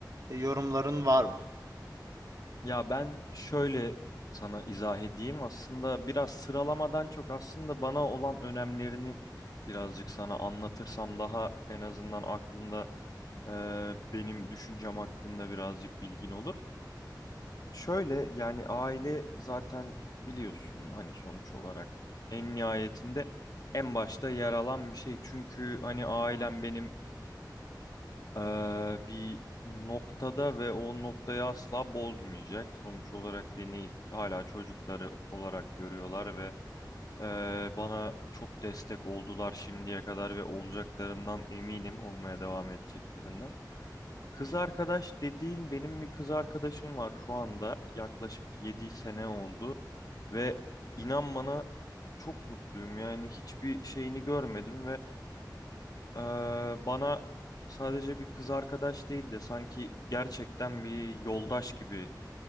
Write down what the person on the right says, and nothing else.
e, yorumların var mı?